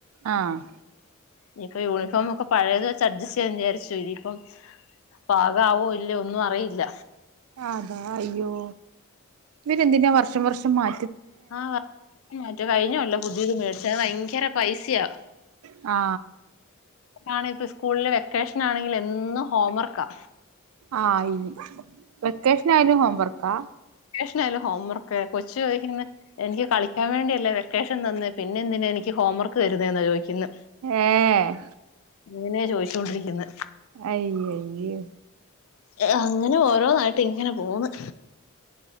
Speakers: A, on the right; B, on the left.
A: ആഹ്
B: നിപ്പ യൂണിഫോം ഒക്കം പഴേതു അഡ്ജെസ്സ് ചെയ്യന്നു വിചാരിച്ചു ഇനിപ്പം പാകാവോ ഇല്ലയോ ഒന്നും അറിയില്ല
A: ആത അയ്യോ ഇവരെന്തിന്നാ വർഷം വർഷം മാ
B: ആവ കഴിഞ്ഞ കൊല്ലം പുതീത് മേടി സേ ഭൈങ്കര പൈസയാ
A: ആ
B: ആണിപ്പം സ്കൂളിലെ വെക്കേഷനാണെങ്കിലെന്നും ഹോംവർക്കാ
A: ആയി വെക്കേഷനായാലും ഹോംവർക്കാ
B: ഇല്ലാലോ ഹോംവർക്കെ കൊച്ചുചോയിക്ക്ന്ന് എനിക്ക് കളി ക്കാൻ വേണ്ടിയല്ലേ വെക്കേഷൻ തന്നെ പിന്നെന്തിനാ എനിക്ക്ഹോംവർക്ക് തരുന്നേന്നാ ചോയിക്കുന്നേ
A: ഏഹ്
B: ഇങ്ങനെയാ ചോദിച്ച് ത്തോണ്ടിരിക്കുന്ന്
A: അയ്യയ്യോ
B: എ അങ്ങന ഓരോന്നായിട്ട് ങ്ങന പോന്ന്